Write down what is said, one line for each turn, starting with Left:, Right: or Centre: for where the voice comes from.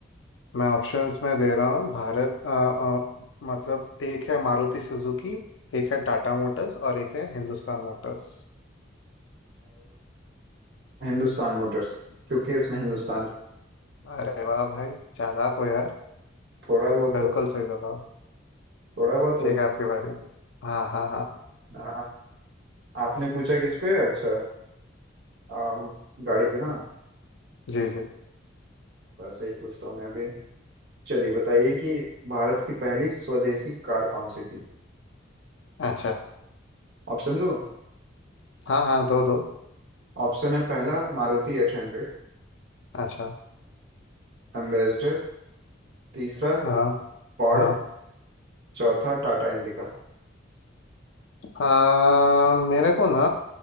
Left: मैं ऑप्शंस में दे रहा हूँ भारत अ, अ, मतलब एक है मारुति सुजुकी एक है टाटा मोटर्स और एक है हिंदुस्तान मोटर्स
Right: हिंदुस्तान मोटर्स क्योंकि इसमें हिंदुस्तान
Left: हाँ अरे वाह भाई चालाक हो यार
Right: थोड़ा बहुत
Left: बिल्कुल
Right: तो
Left: सही जवाब
Right: थोड़ा बहुत
Left: ठीक
Right: होता
Left: है आपके बारे में हाँ हाँ हाँ
Right: अ, आपने पूछा किस पे अच्छा अ, गाड़ी पे ना
Left: जी जी
Right: वैसे ही पूछता हूँ मैं भी चलिए बताइए कि भारत की पहली स्वदेशी कार कौन सी थी
Left: अच्छा
Right: ऑप्शन दो
Left: हाँ हाँ दो दो
Right: ऑप्शन है पहला मारुति एट हंड्रेड
Left: अच्छा
Right: एम्बेसडर तीसरा
Left: हाँ
Right: पॉड
Left: हाँ
Right: चौथा टाटा इंडिका
Left: हाँ मेरे को ना